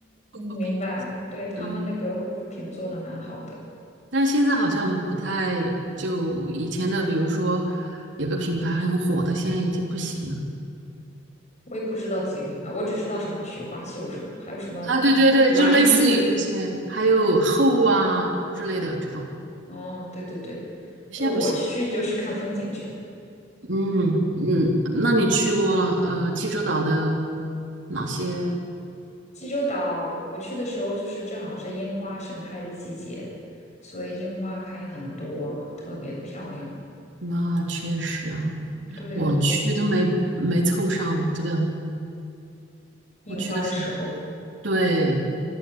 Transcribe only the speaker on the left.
明白。对，他们那个护肤品做的蛮好的，
我也不知道几个品牌，我只知道什么雪花秀什么，还有什么
兰芝。
哦，对对对，
对，我去就是看风景去的。
济州岛我去的时候，就是正好是樱花盛开的季节，所以樱花开很多，特别的漂亮。
对对对，
樱花的时候，